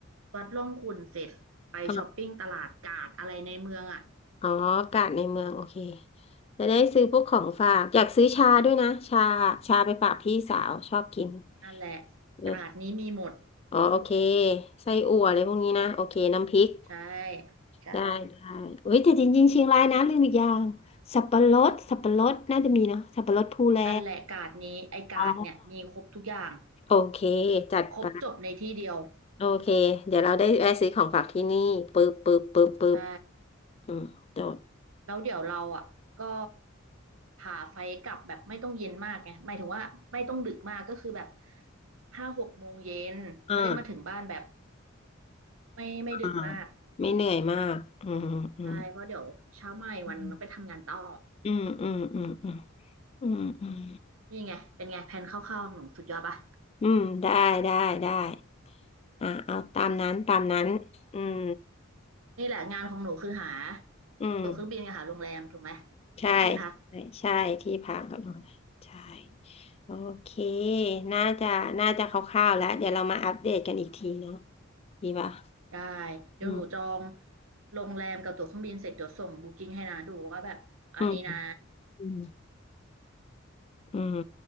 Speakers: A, on the right; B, on the left.
A: วัดร่องขุ่นเสร็จไปช้อปปิ้งตลาดกาดอะไรในเมืองอ่ะ
B: อ๋ออ๋ออากาศในเมืองโอเคจะได้ซื้อพวกของฝากอยากซื้อชาด้วยนะชาชาไปฝากพี่สาวชอบกิน
A: นั่นแหละ
B: เออ
A: กาดนี้มีหมด
B: อ๋อโอเคไส้อั่วอะไรพวกนี้นะโอเคน้ำพริก
A: ใช่ใช่
B: ได้ได้เอ้ยแต่จริงๆเชียงรายนะลืมอีกอย่างสับปะรดสับปะรดน่าจะมีเนาะสับปะรดภูแล
A: นั่นแหละกาดนี้ไอ้กาดเนี่ยมีครบทุกอย่าง
B: อ๋อโอเคจัดไป
A: ครบจบในที่เดียว
B: โอเคเดี๋ยวเราได้แวะซื้อของฝากที่นี่ปึ๊บปึ๊บปึ๊บปึ๊บ
A: ใช่
B: อืมจด
A: แล้วเดี๋ยวเราอ่ะก็หาไฟกลับแบบไม่ต้องเย็นมากไงหมายถึงว่าไม่ต้องดึกมากก็คือแบบห้าหกโมงเย็นจะได้มาถึงบ้านแบบ
B: อ่า
A: ไม่ไม่ดึกมาก
B: อ่าไม่เหนื่อยมากอืมอืม
A: ใช่เพราะเดี๋ยวเช้าใหม่วันหนึงต้องไปทำงานต่อ
B: อืมอืมอืมอืมอืมอืม
A: นี่ไงเป็นไงแผนคร่าวๆของหนูสุดยอดปะ
B: อืมได้ได้ได้อ่าเอาตามนั้นตามนั้นอืม
A: นี่แหละงานของหนูคือหา
B: อืม
A: ตั๋วเครื่องบินกับหาโรงแรมถูกไหม
B: ใช่
A: ที่พัก
B: ใช่ใช่ที่พักกับโรงแรมใช่โอเคน่าจะน่าจะคร่าวๆแล้วเดี๋ยวเรามาอัปเดตกันอีกทีเนาะดีป่ะ
A: ได้เดี๋ยวหนูจอง
B: อืม
A: โรงแรมกับตั๋วเครื่องบินเสร็จเดี๋ยวส่งบุ๊กิ้งให้นาดูว่าแบบอันนี้นะ
B: อืมอืมอืม